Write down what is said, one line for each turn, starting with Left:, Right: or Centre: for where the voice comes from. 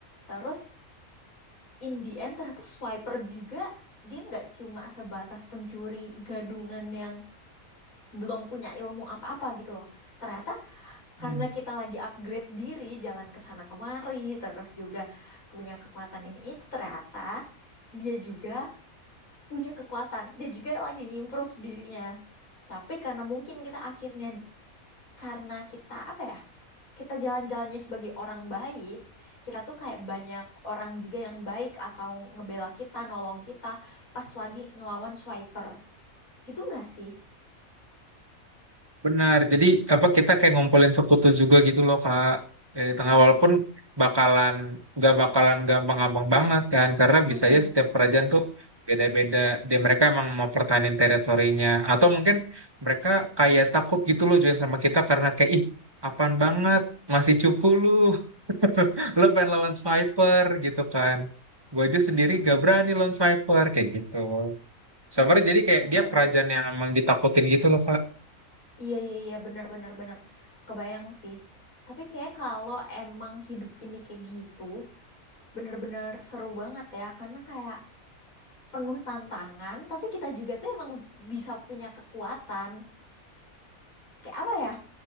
Left: Terus in the end ternyata swiper juga dia nggak cuma sebatas pencuri gadungan yang belum punya ilmu apa-apa gitu loh. Ternyata karena
Right: gitu.
Left: kita lagi upgrade diri, jalan ke sana kemari, terus juga punya kekuatan ini itu ternyata dia juga punya kekuatan, dia juga lagi ngimprove dirinya. Tapi karena mungkin kita akhirnya karena kita apa ya? Kita jalan-jalannya sebagai orang baik, kita tuh kayak banyak orang juga yang baik atau ngebela kita, nolong kita pas lagi ngelawan swiper. Gitu nggak sih?
Right: Benar. Jadi apa kita kayak ngumpulin sekutu juga gitu loh Kak. Eh, di tengah walaupun bakalan nggak bakalan gampang-gampang banget kan karena
Left: Hmm.
Right: biasanya setiap kerajaan tuh beda-beda. Dia mereka emang mau pertahanin teritorinya atau mungkin mereka kayak takut gitu loh join sama kita karena kayak ih apaan banget masih cupu lu. <laughs> Lu pengen lawan sniper gitu kan. Gue aja sendiri gak berani lawan sniper kayak gitu. Sniper
Left: <laughs> Ih,
Right: jadi kayak
Left: bener
Right: dia
Left: lagi.
Right: kerajaan yang emang ditakutin gitu loh
Left: Iya iya iya bener bener bener kebayang sih. Tapi kayak kalau emang hidup ini kayak gitu bener-bener seru banget ya karena kayak penuh tantangan tapi kita juga tuh emang bisa punya kekuatan. Kayak apa ya?